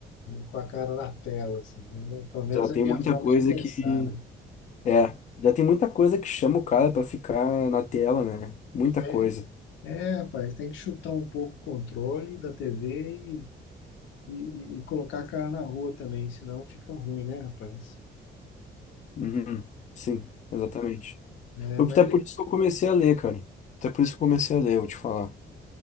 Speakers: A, on the left; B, on the left.
A: com a cara na tela, assim. né? Pelo menos
B: Já tem
A: é a minha
B: muita
A: forma
B: coisa
A: de pensar,
B: que,
A: né?
B: é, já tem muita coisa que chama o cara pra ficar na tela, né? Muita coisa.
A: É, é, rapaz, tem que chutar um pouco o controle da TV e, e, e colocar a cara na rua também, senão fica ruim, né, rapaz?
B: Uhum. Sim, exatamente.
A: É,
B: Eu-
A: mas
B: Até
A: le-
B: por isso que eu comecei a ler, cara. Até por isso que eu comecei a ler, vou te falar.